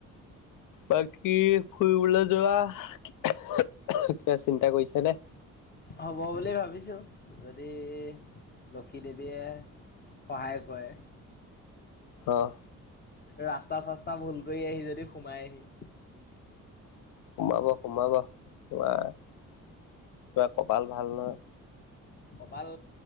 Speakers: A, on the left (about 65°); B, on the left (about 30°).
A: বাকী ফুৰিবলৈ যোৱা। কিবা চিন্তা কৰিছা নে?
B: হ'ব বুলি ভাবিছো যদি লক্ষী দেৱীয়ে। সহায় কৰে।
A: অ',
B: ৰাস্তা চাস্তা ভুল কৰি আহি যদি সোমাই আহি
A: সোমাব সোমাব তোমাৰ তোমাৰ কপাল ভাল নহ
B: কপাল